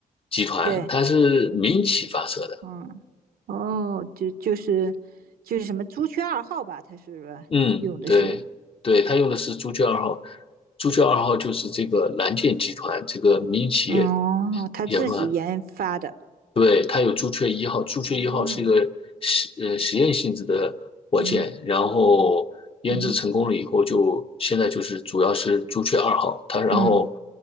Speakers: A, on the left (about 40°); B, on the right (about 75°).
A: 集团，
B: 对，
A: 它是民企发射的。
B: 嗯，哦，就就是就是什么朱雀二号吧，它是用的是，
A: 嗯，对，对，他用的是朱雀二号，朱雀二号就是这个蓝箭集团这个民营企业
B: 哦，他自己研发的，
A: 研发，对，它有朱雀一号，朱雀一号是一个实呃实验性质的火箭，
B: 哦，嗯
A: 然后研制成功了以后就，
B: 嗯
A: 现在就是主要是朱雀二号，它然后
B: 嗯